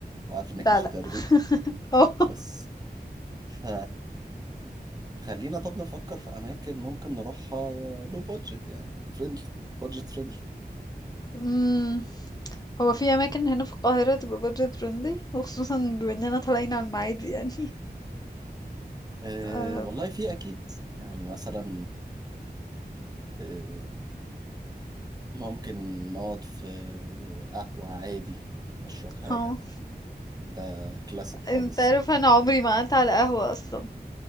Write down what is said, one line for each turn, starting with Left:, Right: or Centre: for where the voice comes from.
Right: وعارف انك
Left: لا
Right: مش
Left: لا
Right: هترضي
Left: اه
Right: بس ف خلينا طب نفكر في اماكن ممكن نروحها لو بادجت يعني فريندلي بادجت فريندلي
Left: <laughs> هو في أماكن هنا في القاهرة تبقى بادجت فريندلي وخصوصا بما إننا طالعين على المعادي يعني
Right: أه
Left: اه
Right: والله في اكيد يعني مثلا آه، ممكن نقعد في قهوة عادي نشرب حاجة
Left: آه.
Right: ده كلاسيك خالص
Left: انت عارف أنا عمري ما قعدت على قهوة أصلا